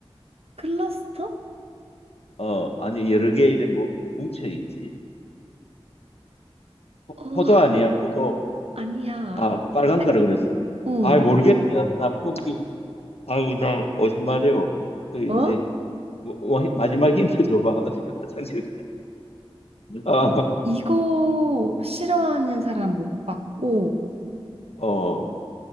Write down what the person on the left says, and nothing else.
어, 아니, 여러 개 이렇게 뭉- 뭉쳐 있지. 포-
포도 아니야, 포도.
아, 빨간
거라 그랬어니
아, 모르겠다. 야, 나 포기. 아우, 나 오줌 마려워. 그, 이제,
뭐, 뭐, 마지막 힌트 줘봐. <laughs> 어디 화장실 가야 돼? 어,
아, 어,